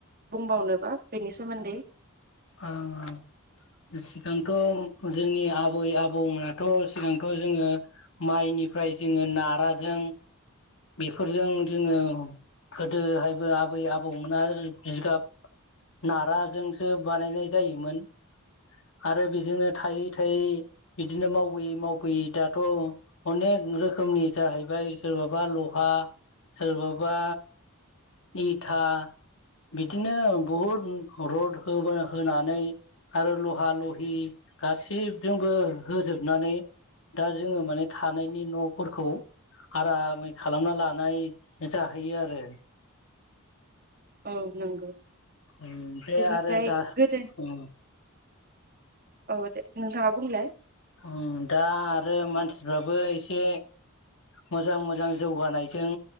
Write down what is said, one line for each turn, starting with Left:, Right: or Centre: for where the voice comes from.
Right: बुंबावनोबा बेनि सोमोन्दै।
Left: ओं ओं। सिगांथ' जोंनि आबै आबौमोनाथ' सिगांथ' जोङो माइनि बेनिफ्राय जोङो नाराजों बेफोरजों जोङो गोदोहायबो आबै आबौमोना जिगाब नाराजोंसो बानायनाय जायोमोन। आरो बेजोंनो थायै थायै बिदिनो मावबोयै मावबोयै दाथ' अनेक रोखोमनि जाहैबाय सोरबाबा लहा सोरबाबा इथा बिदिनो बहुद रद होनानै आरो लहा लहि गासैबजोंबो होजोबनानै दा जोङो माने थानायनि न'फोरखौ आरामै खालामना लानाय जाहैयो आरो।
Right: औ नंगौ।
Left: ओमफ्राय
Right: बेनिफ्राय
Left: आरो दा
Right: गोदोनि
Left: उम
Right: <inaudible> औ दे। नोंथाङा बुंलाय।
Left: ओ दा आरो मानसिफ्राबो एसे मोजां मोजां जौगानायजों